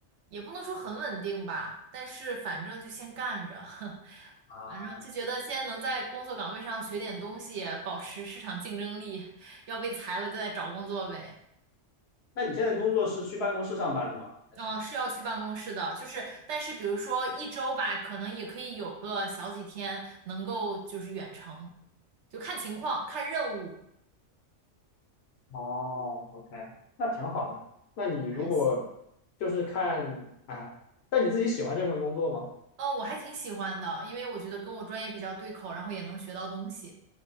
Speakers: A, on the right; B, on the left.
A: 也不能说很稳定吧，但是反正就先干着，<laughs>
B: 啊，
A: 反正就觉得先能在工作岗位上学点东西，保持市场竞争力，要被裁了就再找工作呗。
B: 那你现在工作是去办公室上班的吗？还是？
A: 嗯，是要去办公室的，就是，但是比如说一周吧，可能也可以有个小几天能够就是远程，就看情况，看任务，
B: 哦，OK，那挺好的。那你如果
A: 就还行。
B: 就是看，哎，那你自己喜欢这份工作吗？
A: 嗯，我还挺喜欢的，因为我觉得跟我专业比较对口，然后也能学到东西，